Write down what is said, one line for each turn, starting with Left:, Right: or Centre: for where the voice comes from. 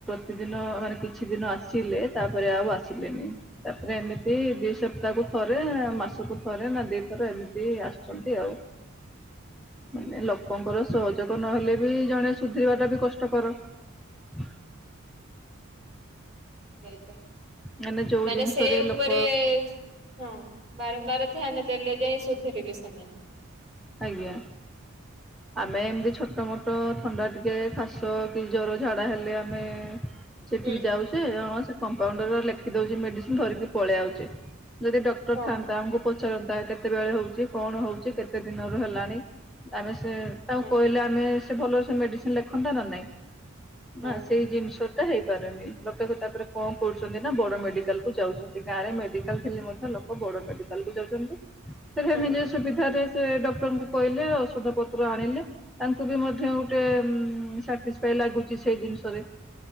Centre: କିଛି ଦିନ ମାନେ କିଛି ଦିନ ଆସିଲେ ତାପରେ ଆଉ ଆସିଲେନି ତାପରେ ଏମିତି ଦି ସପ୍ତାହକୁ ଥରେ ମାସକୁ ଥରେ ନା ଦେଇ ଥରେ ଏମିତି ଆସିଛନ୍ତି ଆଉ।
Right: ହ
Centre: ମାନେ ଲୋକଙ୍କର ସହଯୋଗ ନହେଲେ ବି ଜଣେ ସୁଧରିବା ଟା ବି କଷ୍ଟକର ହ।
Right: ସେଇ ତ
Centre: ମାନେ ଯୋଉ
Right: ମାନେ
Centre: ଜିନିଷରେ
Right: ସେ ଉପରେ
Centre: ଲୋକ
Right: ହଁ ବାରମ୍ବାର ଧ୍ୟାନ ଦେଲେ ଯାଇ ସୁଧରିବସ୍ତ। <unintelligible>
Centre: ଆଜ୍ଞା ଆମେ ଏମତି ଛୋଟ ମୋଟ ଥଣ୍ଡା ଟିକେ ଖାସ କି ଜର ଝାଡା ହେଲେ ଆମେ ସେଠିକି
Right: ହୁଁ
Centre: ଯାଉଛେ
Right: ହୁଁ
Centre: ଅଅ ସେ କମ୍ପାଉଣ୍ଡର ଲେଖି ଦଉଛି ମେଡିସିନ ଧରିକି ପଳେଇଆଉଛେ। ଯଦି ଡକ୍ଟର
Right: ହଁ
Centre: ଥାନ୍ତା ଆମକୁ ପଚାରନ୍ତା କେତେବେଳେ ହଉଛି କଣ ହଉଛି କେ କେତେ ଦିନରୁ ହେଲାଣି ଆମେ ସେ ତାଙ୍କୁ
Right: ହଁ
Centre: କହିଲେ ଆମେ ସେ ଭଲ ସେ ମେଡ଼ିସିନ୍ ଲେଖନ୍ତେ ନା ନାହିଁ,
Right: ହଁ
Centre: ନା ସେଇ ଜିନିଷ ହେଇପାରୁନି ଲୋକେ ତାପରେ କଣ କରୁଛନ୍ତି ନା ବଡ ମେଡିକାଲ କୁ ଯାଉଛନ୍ତି। ଗାଁରେ ମେଡିକାଲ ଥିଲେ ମଧ୍ୟ ଲୋକ ବୌଡ ମେଡିକାଲ କୁ ଯାଉଛନ୍ତି। ସେଠା
Right: ହଁ
Centre: ନିଜ ସୁବିଧାରେ ସେ ଡକ୍ଟରଙ୍କୁ କହିଲେ ଔଷଧ ପତ୍ର ଆଣିଲେ ତା କୁ ବି ମଧ୍ୟ ଗୋଟେ
Right: ହଁ ହଁ
Centre: ସାଟିସଫାଇ ଲାଗୁଛି ସେଇ ଜିନିଷରେ